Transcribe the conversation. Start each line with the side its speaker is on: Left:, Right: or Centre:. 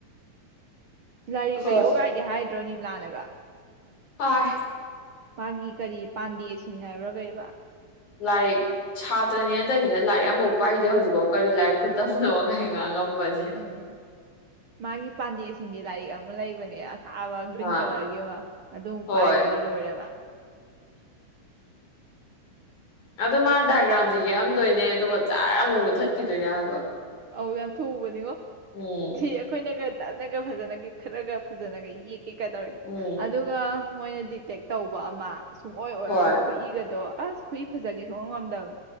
Right: ꯂꯥꯏꯔꯤꯛ
Left: ꯍꯣꯏ
Right: ꯂꯩꯌꯣ ꯀꯥꯏꯗꯤ ꯍꯥꯏꯗ꯭ꯔꯣ ꯅꯤꯝꯂꯥꯅꯒ
Left: ꯍꯥꯏ
Right: ꯃꯥꯒꯤ ꯀꯔꯤ ꯄꯥꯟꯗꯦꯁꯤꯡ ꯍꯥꯏꯕ꯭ꯔꯥ ꯀꯩꯕ
Left: ꯂꯥꯏꯔꯤꯛ ꯁꯥꯇ꯭ꯔꯅꯦꯅ ꯇꯧꯏꯖꯤꯅ ꯂꯥꯏꯔꯤꯛ ꯑꯝꯕꯥꯎ ꯄꯥꯏꯗꯦ ꯍꯧꯖꯤꯛꯕꯥꯎ ꯀꯔꯤ ꯂꯥꯏꯔꯤꯛ ꯈꯨꯠꯇꯝꯅꯣ ꯀꯥ ꯉꯥꯡꯉꯝ <unintelligible>
Right: ꯎꯝ ꯃꯥꯒꯤ ꯄꯥꯟꯗꯦꯁꯤꯡꯒꯤ ꯂꯥꯏꯔꯤꯛ ꯑꯃ ꯂꯩꯕꯅꯦ ꯊꯥꯕ ꯒ꯭ꯔꯤꯟ
Left: ꯑꯥ
Right: ꯀꯂꯔꯒꯤ ꯑꯃ ꯑꯗꯨꯝ
Left: ꯍꯣꯏ
Right: ꯄꯥꯏꯒ꯭ꯔꯗꯤ ꯂꯣꯏꯔꯦ ꯃꯥ
Left: ꯑꯗꯨ ꯃꯥ ꯗꯥꯏꯒ꯭ꯔꯥꯝꯖꯦ ꯌꯦꯛꯑꯝꯗꯣꯏꯅꯦ ꯑꯗꯨꯒ ꯖꯔ ꯑꯃꯨꯛ ꯃꯨꯊꯠꯈꯤꯗꯣꯏꯅꯦ ꯍꯥꯏꯕ
Right: ꯑꯧ ꯌꯥꯝ ꯊꯨꯕꯅꯤꯉꯣ
Left: ꯎꯝ
Right: ꯁꯤ ꯑꯈꯣꯏꯅꯒ ꯇꯅꯒ ꯐꯖꯅꯒ ꯈꯔꯒ ꯐꯖꯅꯒ ꯌꯦꯛ ꯀꯩꯗꯧꯔꯤ
Left: ꯎꯝ
Right: ꯑꯗꯨꯒ ꯃꯣꯏꯅ ꯗꯤꯛꯇꯦꯠ ꯇꯧꯕ ꯑꯃ ꯁꯨꯡꯑꯣ ꯑꯣꯏꯔꯔꯣꯏ
Left: ꯍꯣꯏ
Right: ꯈꯨꯠꯏꯒꯗꯣ ꯑꯁ ꯈꯨꯨꯏ ꯐꯖꯒꯦ ꯁꯨꯉꯝ ꯉꯝꯗꯝꯅꯦ